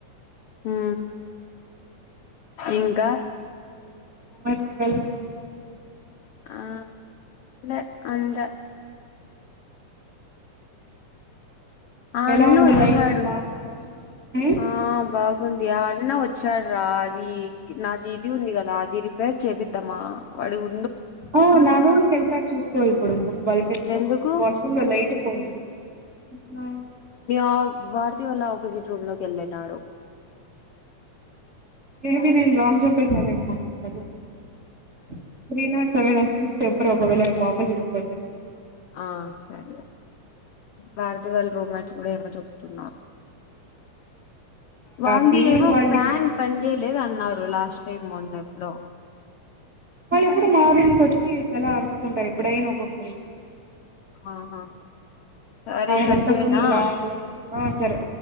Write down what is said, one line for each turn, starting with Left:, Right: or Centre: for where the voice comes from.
Left: అ ఇంకా
Right: <inaudible>
Left: ఆ అ అంతా ఆ
Right: ఎలా
Left: అన్న
Right: ఉంది
Left: వచ్చాడు
Right: లైఫ్ బాగుందా ఉమ్
Left: ఆ బాగుంది ఆ అన్న వచ్చాడు రా అది నా దీది ఉంది కదా అది రిపేర్ చేబిద్దమా అడుగు
Right: ఓ నా రూమ్కి వెళ్తాడు చూస్తకో ఇప్పుడు బల్ ఎట్కో
Left: ఎందుకు
Right: వాష్రూమ్ లో లైట్ పోయింది ఆ
Left: నీ భారతి వాళ్ళ ఆపోజిట్ రూమ్ లోకి వెళ్ళినడు
Right: మేబి నేన్ రాంగ్ చేప్పేసినా ఏమో దో నంబ త్రీనాట్ సెవనా చూసి చెప్పు ప్పు ఒకవేళ వాపస్ ఇచ్చిపోతే
Left: ఆ సరే భారతి వాళ్ళ రూమెట్స్ కూడా ఏమో చెప్తున్నారు వాళ్ళది
Right: క్నీనింగ్
Left: ఏమో
Right: వాళ్ళని
Left: ఫ్యాన్ పని చేయలేదు అన్నారు లాస్ట్ టైం మొన్న ఎప్పుడో
Right: వాళ్ళు ఎప్పుడు మా రూమ్కి వచ్చి తల ఉంటరు ఎప్పుడైనా ఒకోసరి
Left: ఆహా సరే
Right: అదంత
Left: కట్ చేయనా
Right: ఫుల్ లాంగ్ లో ఆ సరే